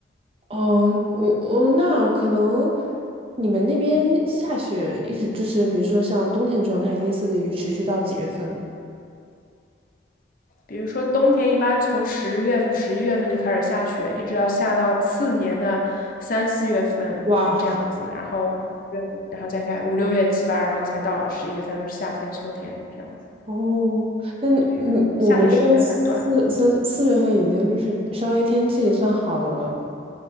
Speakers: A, on the right; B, on the left.
A: 哦，我我那可能你们那边下雪一直就是，比如说像冬天状态，类似于持续到几月份？
B: <laughs> 比如说冬天一般从十月份、十一月份就开始下雪，一直要下到次年的三四月份这样子，
A: 哇 <laughs>
B: 然后五六然后再看五六月、七八，然后才到十一月才是夏天、秋天这样子。
A: 哦，哦，那你我们这边四三四月份已经就是稍微天气算好的了，
B: 对，夏天时间很短，